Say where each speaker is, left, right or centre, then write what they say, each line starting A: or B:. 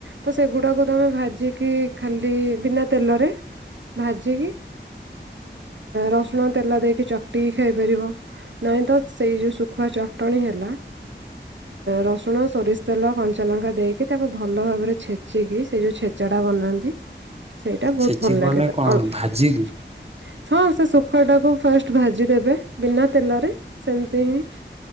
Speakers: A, on the right; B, on the right.
A: ତ ସେଗୁଡାକୁ ତମେ ଭାଜି କି ଖାଲି ବିନା ତେଲରେ ଭାଜିକି ରସଣ ତେଲ ଦେଇକି ଚଟିକି ଖାଇପାରିବ ନାହିଁ ତ ସେଇଯ ଶୁଖୁଆ ଚଟଣି ହେଲା। ରସୁଣ ସୋରିଷ ତେଲ କଞ୍ଚା ଲଙ୍କା ଦେଇକି ତାକୁ ଭଲ ଭାବରେ ଛେଚିକି ସେ ଯୋଉ ଛେଚା ଟା ବନାନ୍ତି। ସେଇଟା ବହୁତ
B: ଛେଚିକି
A: ଭଲ ଲାଗେ
B: ମାନେ
A: <inaudible>
B: କଣ ଭାଜିକି
A: ହଁ ସେ ଶୁଖୁଆ ଟାକୁ ଫାଷ୍ଟ ଭାଜି ଦେବେ ବିନା ତେଲରେ ସେମିତି ହିଁ